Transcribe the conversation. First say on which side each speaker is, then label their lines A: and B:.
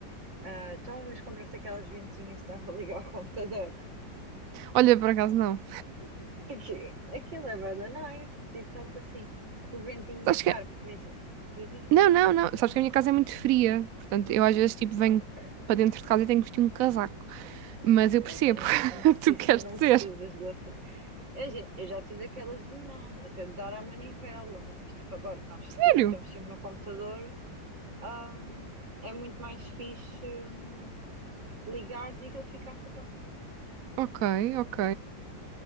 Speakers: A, on the right; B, on the right.
A: Ah, então, uma vez compraste aquelas ventinhas que estava a ligar ao computador.
B: Olha, por acaso não.
A: <laughs> Aqui, aquilo é bué da nice, digo-te assim, o ventinho
B: Sabes
A: na cara,
B: que.
A: porque imagina, diz isto.
B: Não, não, não. Sabes que a minha casa é muito fria. Portanto, eu às vezes tipo venho
A: Ah, ok,
B: para dentro de casa e tenho que vestir um casaco. Mas
A: ok,
B: eu percebo
A: então
B: <laughs>
A: não preciso,
B: o que tu queres
A: não
B: dizer.
A: precisas dessa. Imagina, eu já tive daquelas de mão, até de dar à manivela, mas tipo agora que nós
B: Sério?
A: tipo, estamos sempre no computador, hum, é muito mais fixe hum, ligares e aquilo fica a rodar.
B: Ok, ok.